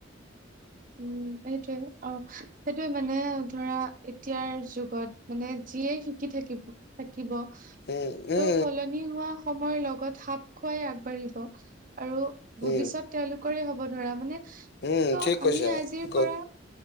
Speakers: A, on the right; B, on the left.
A: উম এইটোৱে। অ সেইটোৱে মানে ধৰা এতিয়াৰ যুগত মানে যিয়ে শিকি থাকিব। থাকিব
B: উম উম
A: ত সলনি হোৱা সময়ৰ লগত সাপ খোৱাই আগবাঢ়িব আৰু ভৱিষ্যত
B: উম উম
A: তেওঁলোকৰে হ'ব ধৰা মানে
B: উম
A: ত'
B: ঠিক
A: আমি
B: কৈছো
A: আজিৰ
B: গোড।
A: পৰা